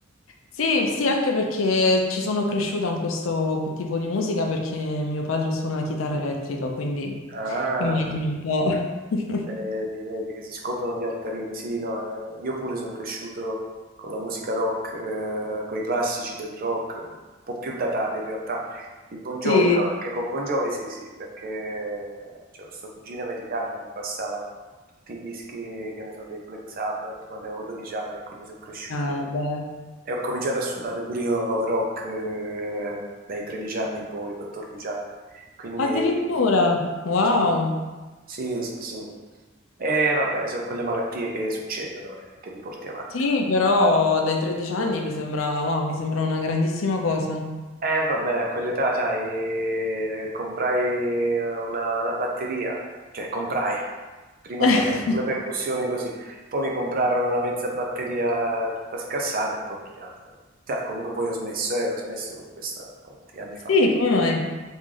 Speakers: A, on the left (about 80°); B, on the right (about 45°).
A: Sì, sì, anche perché ci sono cresciuta con questo tipo di musica perché mio padre suona la chitarra elettrica, quindi
B: Ah,
A: immagino un po'. <laughs>
B: vedi, vedi che si scoprono gli altarini. Sì, no, eh, io pure sono cresciuto con la musica rock, eh, con i classici del rock, un po' più datati in realtà, di Bon Jovi,
A: Sì.
B: però anche con Bon Jovi sì, sì, perché c'è questo cugino americano che mi passava tutti i dischi, che ne so, dei Black Sabbath quando avevo 12 anni e quindi sono cresciuto
A: Ah, beh.
B: E ho cominciato a suonare pure io rock eh, dai 13 anni in poi, 14 anni. Quindi
A: Addirittura, wow.
B: ci so- sì, sì, sì. E vabbè, sono quelle malattie che succedono e che ti porti avanti.
A: Sì, però dai 13 anni mi sembra, wow, mi sembra una grandissima cosa.
B: E vabbè, a quell'età, sai, eh, comprai eh, una, una batteria, cioè comprai. Prima
A: <laughs>
B: suonavo con le percussioni così, poi mi comprarono una mezza batteria tutta scassata e poi negli anni. Cioè, comunque poi ho smesso, eh, ho smesso con questa, con tanti anni
A: Sì,
B: fa.
A: come mai?